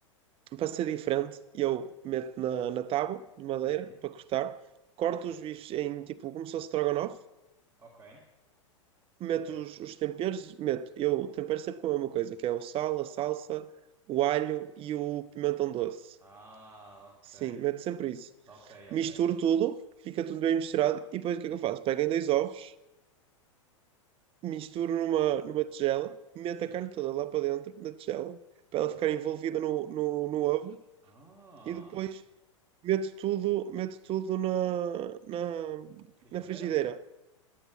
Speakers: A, on the right; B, on the right.
A: para ser diferente, eu meto na, na tábua de madeira
B: uhum,
A: para cortar, corto
B: sim.
A: os bifes em tipo como se fosse strogonoff,
B: Ok,
A: meto
B: ok.
A: os, os temperos, meto, eu tempero sempre com a mesma coisa, que é o sal, a salsa, o alho e o pimentão doce.
B: Ah, ok.
A: Sim, meto sempre isso.
B: Ok,
A: Misturo
B: ok.
A: tudo, fica tudo bem misturado e depois
B: Sim,
A: o que é que eu faço? Pego em dois ovos, misturo numa, numa tigela, meto
B: sim,
A: a carne toda lá para dentro da tigela, para
B: sim.
A: ela ficar envolvida no, no, no ovo
B: Ah,
A: e depois meto tudo, meto tudo na, na,
B: frigideira?
A: na frigideira.